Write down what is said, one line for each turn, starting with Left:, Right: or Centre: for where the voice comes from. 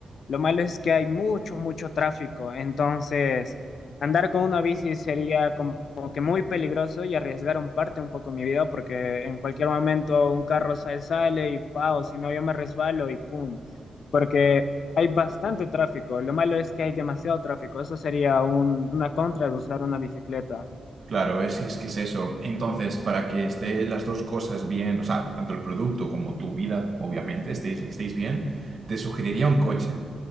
Left: lo malo es que hay mucho, mucho tráfico. Entonces, andar con una bici sería como que muy peligroso y arriesgar un parte un poco mi vida porque en cualquier momento un carro sale, sale y pao, si no yo me resbalo y pum. Porque hay bastante tráfico. Lo malo es que hay demasiado tráfico. Eso sería un- una contra de usar una bicicleta.
Right: Claro, es, es que es eso. Entonces, para que estén las dos cosas bien, o sea, tanto el producto como tu vida, obviamente, estéis, estéis bien, te sugeriría un coche.